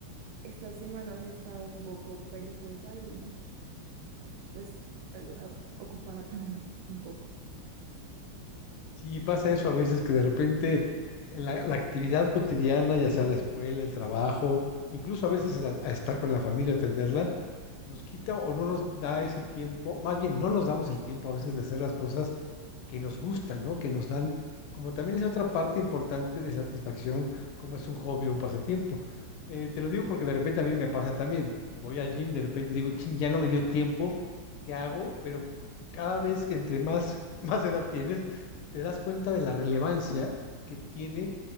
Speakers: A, on the right (about 85°); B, on the left (about 80°).
A: estas semanas he estado un poco perezosa y pues algo- ah, ocupada <laughs> también un poco.
B: Sí, pasa eso a veces que de repente en la, la actividad cotidiana, ya sea la escuela, el trabajo, incluso a veces a, a estar con la familia, atenderla, nos quita o no nos da ese tiempo, más bien no nos damos el tiempo a veces de hacer las cosas que nos gustan, ¿no? Que nos dan, como también es otra parte importante de satisfacción, como es un hobby o un pasatiempo. Eh, te lo digo porque de repente a mí me pasa también. Voy al gym y de repente digo, ching, ya no me dio tiempo, ¿qué hago? Pero cada vez que entre más, <laughs> más edad tienes, te das cuenta de la relevancia que tiene